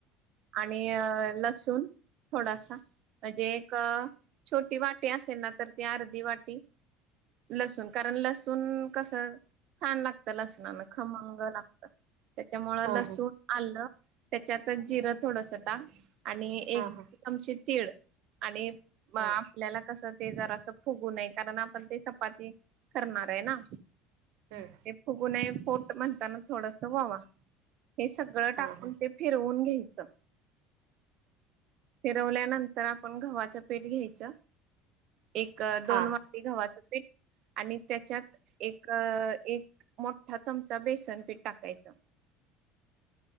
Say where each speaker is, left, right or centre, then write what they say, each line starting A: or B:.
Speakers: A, on the right; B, on the right.
A: आणि लसूण थोडासा म्हणजे एक छोटी वाटी असेल ना तर ती अर्धी वाटी टी लसूण कारण लसूण कसं छान लागतं लसणान खमंग लागत त्याच्यामुळ
B: हां हां
A: लसूण आलं त्याच्यातच जिरं थोडस टाक आणि
B: हां
A: एक
B: हां हां
A: चमचे तीळ आणि
B: हां
A: आपल्याला कसं ते जरां फुगू नये कारण आपण ते चपाती करणार आहे ना
B: ह
A: ते फुगूनये पोट म्हणताना थोडस ओवा हे सगळं
B: हं हां
A: टाकून
B: हां
A: ते फिरवून घ्यायचं फिरवल्यानंत तर आपण गव्हाच पीठ घ्यायच एक
B: हां
A: दोन वा
B: हां हां
A: गव्हाचं पीठ आणि त्याच्यात एक, एक मो ठा चमचा बेसनपीठ टाकायचं